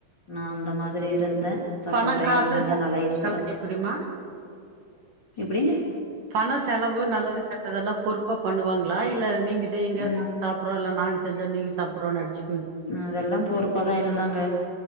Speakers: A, on the left; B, on the right.
A: நா அந்த மாதிரி இருந்த சப்போட்டா
B: பணோ காசு
A: இருந்தாங்க நல்லா லைஸ்குல்லு
B: எல்லா எப்டிமா
A: எப்டி
B: பண செலவு நல்லது கெட்டதெல்லா பொறுப்பா பண்ணுவாங்ளா இல்ல நீங்க செய்ங்க
A: ம்.
B: நாங்க சாப் பரவால்ல நாங்க செஞ்சா நீங்க சாப்ட்றோனாய்ச்சு
A: அதெல்லா பொறுப்பாதா இருந்தாங்க